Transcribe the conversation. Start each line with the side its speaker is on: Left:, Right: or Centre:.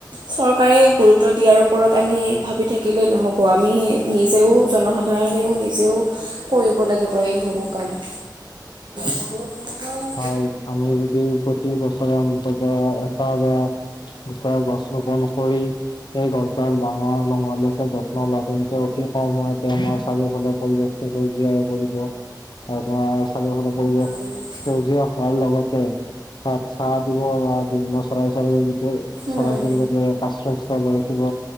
Right: চৰকাৰে গুৰুত্ব দিয়াৰ ওপৰত আমি ভাবি থাকিলেই নহ'ব। আমি নিজেয়ো জনসা ধাৰণেও নিজেও কৰিব লাগিব এইসমূহ কাম।
Left: <inaudible>
Right: বৰষুণত
Left: হয়, আমি যদি প্ৰতি বছৰে অন্তত এটা বা দুটা গছ ৰোপণ কৰি সেই গছডাল ডাঙৰ নোহালৈকে যত্ন লয়, তেন্তে অতি কম সময়তে আমাৰ চাৰিওফালে পৰিৱেশ সে সেউজীয়া হৈ পৰিব, আৰু তোমাৰ চাৰিওফালৰ পৰিৱেশ
Right: <unintelligible>
Left: সেউজীয়া হোৱাৰ লগতে, তাত ছাঁ দিব বা বিভিন্ন চৰাই চিৰিকটিয়ে
Right: উম।
Left: চৰাই চিৰিকটিৰ আশ্ৰয় স্থল হৈ উঠিব,